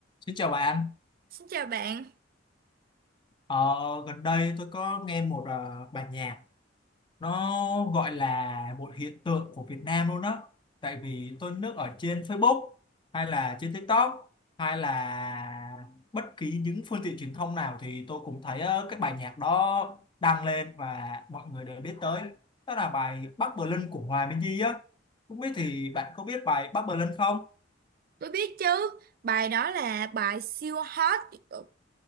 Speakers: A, on the left (about 25°); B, on the right (about 50°).
A: Xin chào bạn,
B: Xin chào bạn,
A: ờ, gần đây tôi có nghe một ờ, bài nhạc nó gọi là một hiện tượng của Việt Nam luôn đó tại vì tôi lướt ở trên Facebook hay là trên TikTok hay là bất kỳ những phương tiện truyền thông nào thì tôi cũng thấy ờ, cái bài nhạc đó đăng lên và mọi người đều biết tới đó là bài Bắc Berlin của Hòa Minzy á không biết thì bạn có biết bài Bắc Berlin không?
B: tôi biết chứ, bài đó là bài siêu hot, ờ,